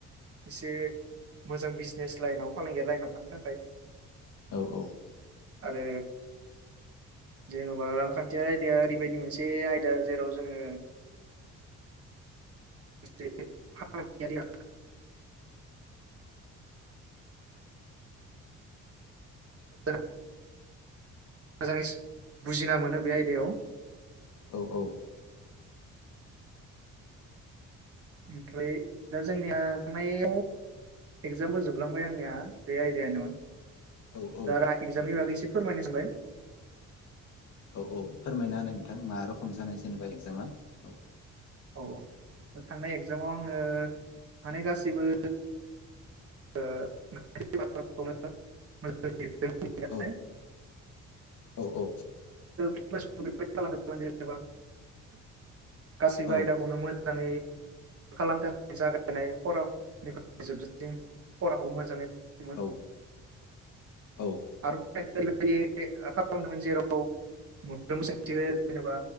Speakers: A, on the right (about 50°); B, on the left (about 70°).
A: एसे मोजां बिजनेस लाइनाव फालांगिया लाइनाव थांनो थाखाय।
B: औ औ
A: आरो जेन'बा रांखान्थियारि आयदाया ओरैबायदि मोनसे आयदा जेराव जोङो से फालांगिययाव <unintelligible> मोजाङै बुजिना मोनो बे आयदायाव
B: औ औ
A: ओमफ्राय दा जोंनिया थांनायाव एगजामबो जोबलांबाय आंनिया बे आइडाया नङा
B: औ
A: दा रा एगजामनि
B: औ औ
A: बागै एसे फोरमायनो सानबाय
B: औ औ फोरमायना होनाय नोंथां मा रोखोम जानाय जेनेबा एगजामा औ।
A: औ औ थांनाय एगजामाव आङो माने गाससिबो <unintelligible>
B: औ औ औ
A: खालामोब जेनेबा गाससिबो
B: औ
A: आयदाखौनो मोजाङै खालाम जागायनाय फरफ्राय जोबजासिन फराखौ मोजाङै फरायदोंमोन
B: औ औ
A: आरो रैबायदि खालामदोंमोन जेराव मोन सोंथि जेनेबा